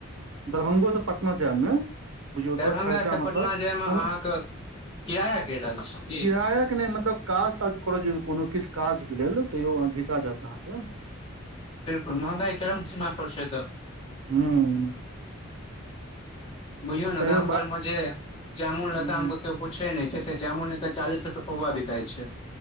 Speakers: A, on the right; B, on the left.
A: दरभंगो सँ पटना जायबमे बुझियौ
B: दरभंगा
A: तऽ खर्चा
B: से
A: मतलब
B: पटना जायमे अहाँके
A: कोन
B: किराया कहि रहल छी की
A: किराया के नहि मतलब काज ताज करऽ जइयौ कोनो किछु काज के लेल तैयो घिचा जायत अहाँके
B: बिलकुल महंगाई चरमसीमा पड़ छै तऽ।
A: हँ।
B: बुझियौ ने
A: तैयो
B: गाम घर
A: बा
B: मे जे जामुन लताम
A: हूँ
B: के केओ पूछै नहि छै से जामुन लताम एतऽ चालीस रूपए पौवा बिकाइ छै।